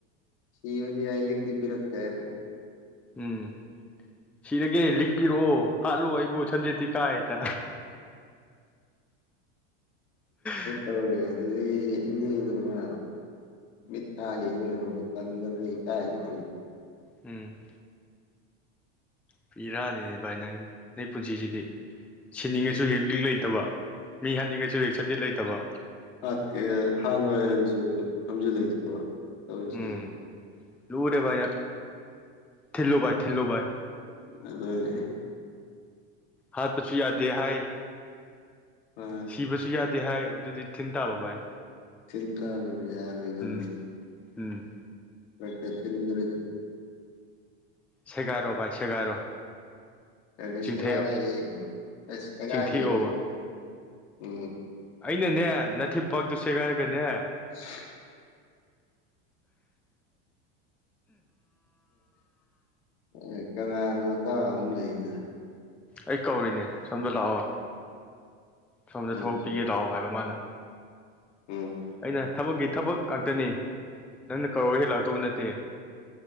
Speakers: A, on the left; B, in the centre.
A: ꯁꯤꯕꯗꯤ ꯌꯥꯏ ꯂꯤꯛꯇꯤ ꯄꯤꯔꯛꯇꯦꯅ
B: ꯎꯝ ꯁꯤꯔꯒ‌‌ꯦ ꯂꯤꯛ ꯄꯤꯔꯛꯑꯣ ꯍꯥꯠꯂꯣ ꯑꯩꯕꯨ ꯁꯝꯖꯦꯠꯇꯤ ꯀꯥꯏꯗ <unintelligible>
A: <unintelligible> <unintelligible> ꯃꯤꯠꯇ ꯌꯦꯡ ꯂꯩꯍꯧ ꯇꯟꯗꯅ ꯏꯀꯥꯏ ꯗꯨꯝ ꯍꯜ
B: ꯎꯝ ꯄꯤꯔꯥꯅꯤꯅꯦ ꯚꯥꯏ ꯅꯪ ꯅ‌ꯣꯏ ꯄꯨꯟꯁꯤꯁꯤꯗꯤ ꯁꯤꯟꯅꯤꯡꯉꯁꯨ ꯍꯦꯛ ꯂꯤꯛ ꯂꯩꯇꯕ ꯂꯤ ꯍꯥꯠꯅꯤꯡꯉꯁꯨ ꯍ‌ꯦꯛ ꯁꯝꯁꯦꯠ ꯂꯩꯇꯕ
A: ꯍꯥꯠꯀꯦ ꯍꯥꯜꯂꯣꯏ ꯍꯥꯏꯔꯖꯨ ꯁꯝꯖ‌ꯦꯠ ꯂꯩꯇꯕ ꯇꯧꯔꯤꯁꯦ
B: ꯎꯝ ꯂꯨꯔꯦ ꯚꯥꯏ ꯅꯪ ꯊꯤꯜꯂꯨ ꯚꯥꯏ ꯊꯤꯜꯂꯨ ꯚꯥꯏ
A: ꯑꯗꯨꯅꯦ
B: ꯍꯥꯠꯄꯁꯨ ꯌꯥꯗꯦ ꯍꯥꯏ
A: <unintelligible>
B: ꯏꯕꯁꯨ ꯌꯥꯗꯦ ꯍꯥꯏ ꯑꯗꯨꯗꯤ ꯊꯤꯟ ꯇꯥꯕ ꯚꯥꯏ
A: ꯊꯤꯟꯇꯥꯕꯅ‌ꯦ ꯌꯥꯔꯣꯏꯗꯕꯗꯤ
B: ꯎꯝ ꯎꯝ
A: ꯈꯔꯛ ꯈꯔꯛ ꯊꯤꯟꯗꯔꯗꯤ
B: ꯁꯦꯒꯥꯏꯔꯣ ꯚꯥꯏ ꯁꯦꯒꯥꯏꯔꯣ
A: <unintelligible>
B: ꯆꯤꯡꯊꯩ
A: ꯁꯦꯒꯥꯏ ꯑꯁ ꯁꯦꯒꯥꯏꯗ꯭ꯔꯗꯤ
B: ꯆꯤꯡꯊꯤꯑꯣꯕ
A: ꯎꯝ
B: ꯑꯩꯅꯅꯦ ꯅꯥꯊꯤꯄꯥꯛꯇꯨ ꯁꯦꯒꯥꯏꯔꯒꯅꯦ
A: <unintelligible> ꯎꯝ ꯀꯅꯥꯅ‌ꯣ ꯅꯇꯥꯎ ꯑꯝ ꯂꯩꯗ
B: ꯑꯩ ꯀꯧꯔꯤꯅꯦ ꯁꯣꯝꯗ ꯂꯥꯛꯑꯣ ꯁꯣꯝꯗ
A: ꯎꯝ
B: ꯊꯕꯛ ꯄꯤꯒꯦ ꯂꯥꯛꯑꯣ ꯍꯥꯏꯕ ꯃꯥꯅ
A: ꯎꯝ
B: ꯑꯩꯅ ꯊꯕꯛꯀꯤ ꯊꯕꯛ ꯉꯥꯛꯇꯅꯤ ꯅꯪꯅ ꯀꯧꯔꯒ ꯑꯩꯅ ꯂꯥꯛꯇꯧꯕ ꯅꯠꯇꯦ